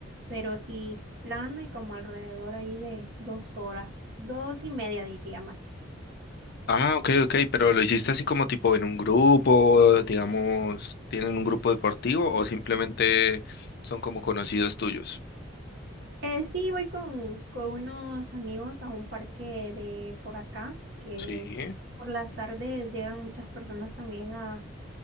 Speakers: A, on the right; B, on the left.
A: pero sí plano y como alrededor ahí de dos horas, dos y media diría máximo.
B: Ah, ok, ok, pero lo hiciste así como tipo en un grupo, digamos, ¿tienen un grupo deportivo o simplemente son como conocidos tuyos?
A: Eh, sí, voy con, con unos amigos a un parque de por acá, que
B: Sí.
A: por las tardes llegan muchas personas también a,